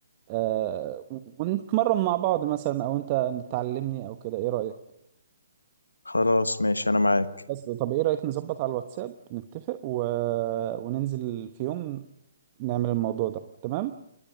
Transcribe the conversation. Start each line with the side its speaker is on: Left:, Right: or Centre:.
Right: آه، ونتمرن مع بعض مثلا او انت تعلمني او كده ايه رأيك؟
Left: خلاص ماشي انا معاك
Right: بس طب ايه رأيك نظبط على الواتساب نتفق و... وننزل في يوم نعمل الموضوع ده تمام